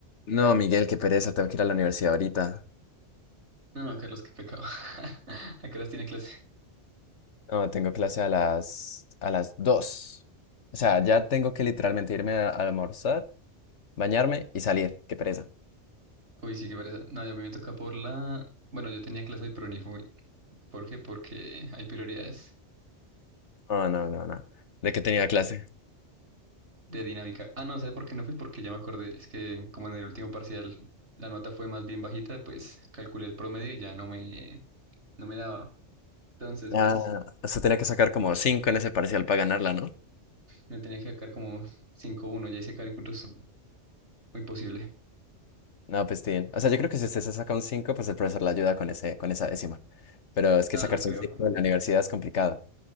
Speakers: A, on the left; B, on the right.
A: No, Miguel, qué pereza, tengo que ir a la universidad ahorita.
B: No, no, Carlos, qué pecado. <laughs> ¿A qué horas tiene clase?
A: No, tengo clase a las a las 2. O sea, ya tengo que literalmente irme a, a almorzar, bañarme y salir. Qué pereza.
B: Uy, sí, qué pereza. No, yo a mí me toca por la... Bueno, yo tenía clase, pero ni fui. ¿Por qué? Porque hay prioridades
A: No, no, no, no. ¿De qué tenía clase?
B: de dinámica. Ah, no, ¿sabes por qué no fui? Porque ya me acordé. Es que como en el último parcial la nota fue más bien bajita, pues calculé el promedio y ya no me, no me daba. Entonces,
A: Ah,
B: pues
A: usted tenía que sacar como cinco en ese parcial para ganarla, ¿no?
B: me tenía que sacar como 5-1. Ya hice cálculos. Muy posible.
A: No, pues bien. O sea, yo creo que si usted se saca un 5, pues el profesor le ayuda con ese, con esa décima. Pero es que
B: No,
A: sacarse
B: no creo.
A: un 5 en la universidad es complicado.